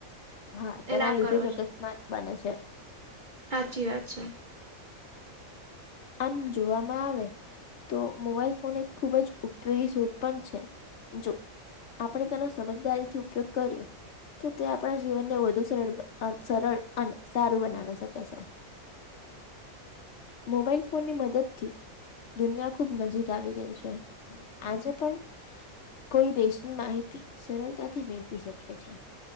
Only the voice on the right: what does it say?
એ ના
કરવો
હાચી વાત છે.